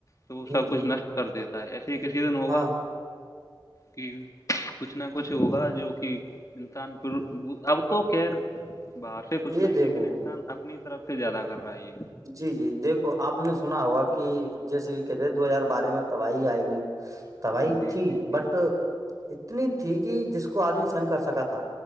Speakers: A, on the left; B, on the right.
A: تو وہ
B: جی
A: سب
B: جی
A: کچھ نشٹ کر دیتا ہے ایسے ہی کسی دن ہوگا
B: ہاں
A: کہ کچھ نہ کچھ ہوگا جو کہ انسان پ اب تو خیر باہر سے کچھ
B: یہ
A: نہیں
B: دیکھو
A: لیکن انسان اپنی طرف سے زیادہ کر رہا ہے یہ
B: جی جی دیکھو آپ نے سنا ہوا کہ جیسے کہ کہتے ہیں دو ہزار بارہ میں تباہی آئے گی تباہی
A: جی
B: تھی
A: جی جی
B: بٹ اتنی تھی کہ جس کو کو آدمی سہن کر سکا تھا